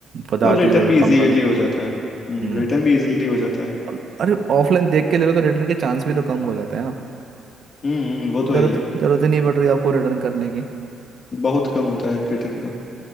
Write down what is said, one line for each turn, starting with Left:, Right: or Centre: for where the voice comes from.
Right: पचास
Left: और रिटर्न
Right: तीस रुपये
Left: भी
Right: कम
Left: इजीली
Right: करो
Left: हो जाता है हम्म
Right: हम्म
Left: रिटर्न भी इजीली हो जाता है
Right: अब- अरे ऑफलाइन देख के ले रहे हो तो रिटर्न के चांस भी तो कम हो जाते हैं ना
Left: हम्म वो तो
Right: जरूरत
Left: है ही है
Right: जरूरत ही नहीं पड़ रही आपको रिटर्न करने की
Left: बहुत कम होता है रिटर्न का